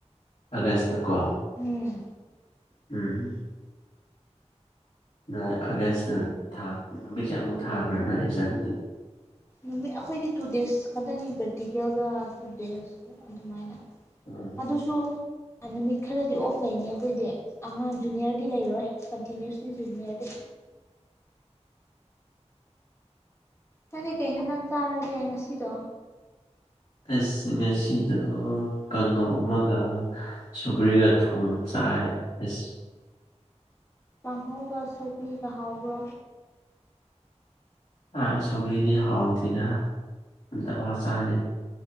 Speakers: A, on the left; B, on the left.
A: ꯑꯒꯁꯇꯀꯣ
B: ꯎꯝ
A: ꯎꯝ ꯅꯣꯏ ꯑꯥꯒꯁꯇ ꯊꯥ ꯅꯨꯃꯤꯠꯁꯦ ꯑꯃꯨꯛ ꯊꯥꯕ꯭ꯔꯥ ꯅꯣꯏ ꯑꯩ ꯖꯟꯗꯤ
B: ꯅꯨꯃꯤꯠ ꯑꯩꯈꯣꯏꯗꯤ ꯇꯨ ꯗꯦꯖ ꯈꯛꯇꯅꯤ ꯄ꯭ꯔꯦꯛꯇꯤꯀꯦꯜꯒ ꯇꯨ ꯗꯦꯖ ꯑꯗꯨꯃꯥꯏꯅ
A: ꯎꯝ
B: ꯑꯗꯨꯁꯨ ꯅꯨꯃꯤꯠ ꯈꯔꯗꯤ ꯑꯣꯐ ꯂꯩꯅꯤ ꯑꯩꯈꯣꯏꯗꯤ ꯑꯉꯥꯡ ꯖꯨꯅꯤꯌꯔꯗꯤ ꯂꯩꯔꯣꯏ ꯀꯟꯇꯤꯅꯤꯨꯁꯂꯤ ꯖꯨꯅꯤꯌꯔꯗꯤ ꯀꯔꯤ ꯀꯩ ꯍꯦꯟꯗꯪ ꯆꯥꯔꯒꯦ ꯉꯁꯤꯗꯣ
A: ꯑꯁ ꯉꯁꯤꯗ ꯀꯥꯡꯉꯧ ꯑꯃꯒ ꯁꯨꯒ꯭ꯔꯤꯒ ꯊꯣꯡꯕ ꯆꯥꯏ ꯑꯁ
B: ꯀꯥꯡꯥꯡꯍꯧꯧꯕ ꯁꯤꯒꯍꯥꯎꯕ
A: ꯑ ꯁꯧꯒ꯭ꯔꯤꯗꯤ ꯍꯥꯎꯗꯗ ꯑꯟꯇ ꯄꯥꯎ ꯆꯥꯗꯦ